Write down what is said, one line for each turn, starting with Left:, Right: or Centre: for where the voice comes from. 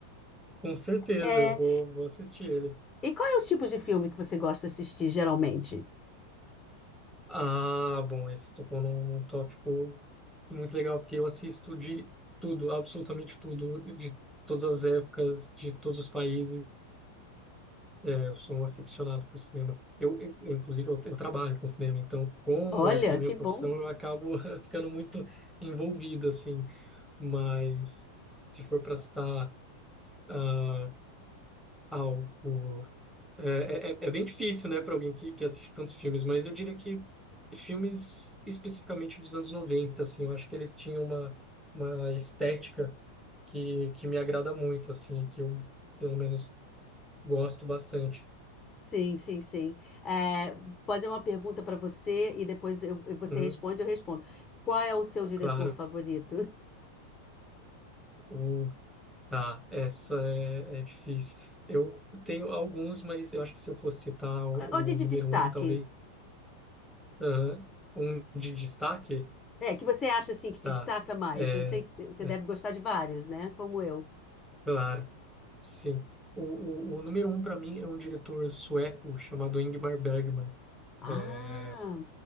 Centre: Com certeza,
Left: É,
Centre: eu vou, vou assistir ele.
Left: e qual é os tipos de filme que você gosta de assistir geralmente?
Centre: Ah, bom, esse tocou num, num tópico muito legal, porque eu assisto de tudo, absolutamente tudo, de todas as épocas, de todos os países. É, eu sou um aficionado por cinema. Eu, eu- inclusive, eu, eu trabalho com cinema, então, como
Left: Olha,
Centre: essa é a minha
Left: que
Centre: profissão,
Left: bom.
Centre: eu acabo <laughs> ficando muito envolvido, assim. Mas, se for para citar ah, algo. É, é, é é bem difícil, né, para alguém que, que assiste tantos filmes, mas eu diria que filmes especificamente dos anos 90 assim, eu acho que eles tinham uma, uma estética que, que me agrada muito, assim, que eu, pelo menos, gosto bastante.
Left: Sim, sim, sim. É, vou fazer uma pergunta para você e depois eu- eu- você
Centre: Uhum,
Left: responde, eu respondo. Qual é o seu diretor
Centre: claro.
Left: favorito?
Centre: O- Ah, essa é, é difícil. Eu tenho alguns, mas eu acho que se eu fosse citar o,
Left: Ou de
Centre: o número
Left: de destaque?
Centre: um, talvez ah, um de destaque,
Left: É, que você acha assim que
Centre: tá?
Left: destaca mais?
Centre: É,
Left: Eu sei que você
Centre: é,
Left: deve gostar de vários, né? Como eu.
Centre: claro, sim. O, o, o número um para mim é um diretor sueco chamado Ingmar Bergman.
Left: Ah,
Centre: É,